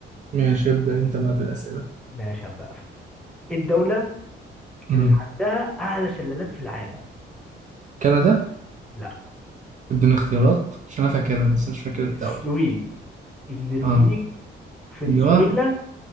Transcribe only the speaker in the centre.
ماشي هبدأ انا في الاسئلة ايه الدولة
اللي عندها اعلى شلالات في العالم؟
لا
السويد النرويج
فنزويلا